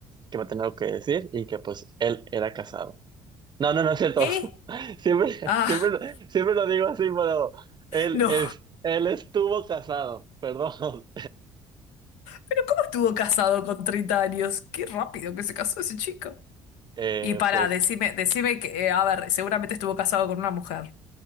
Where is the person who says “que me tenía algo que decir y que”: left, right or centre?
Right